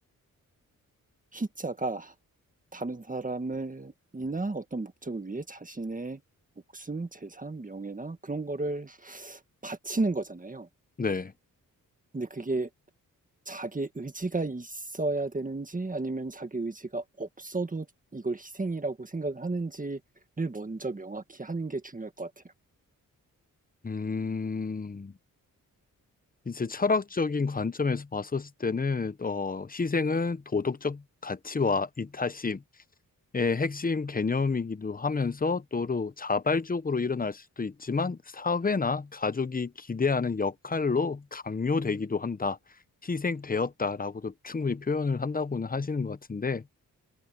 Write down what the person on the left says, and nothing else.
네.
음, 이제 철학적인 관점에서 봤었을 때는 어, 희생은 도덕적 가치와 이타심 의 핵심 개념이기도 하면서 또로 자발적으로 일어날 수도 있지만 사회나 가족이 기대하는 역할로 강요되기도 한다. 희생되었다라고도 충분히 표현을 한다고는 하시는 것 같은데